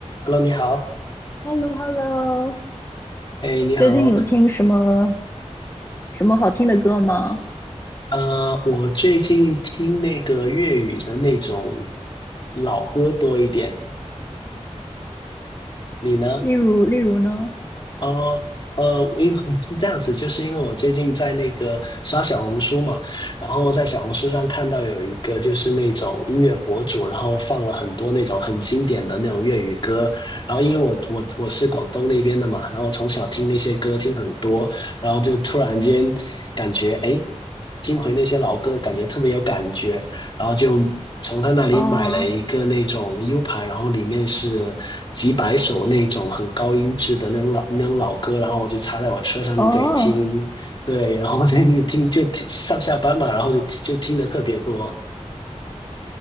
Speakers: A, on the left (about 40°); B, on the left (about 25°).
A: Hello，你好，
B: h e l l o h e l l o
A: 哎，你好，
B: 最近有听什么什么好听的歌吗？
A: 呃，我最近听那个粤语的那种老歌多一点，你呢？
B: 例如，例如呢？
A: 呃呃，因为 <laughs> 是这样子，就是因为我最近在那个刷小红书嘛，然后在小红书上看到有一个就是那种音乐博主，然后放了很多那种很经典的那种粤语歌，然后因为我我我是广东那边的嘛，然后从小听那些歌听很多，然后就突然间感觉哎，诶听回那些老歌，感觉特别有感觉，然后就从他那里买了一个那种
B: 哦
A: U 盘，然后里面是几百首那种很高音质的那种老那种老歌，然后我就插在我车上就可以听，
B: 哦，
A: 对，然后我最近就听就听上下班嘛，然后就就听的特别多。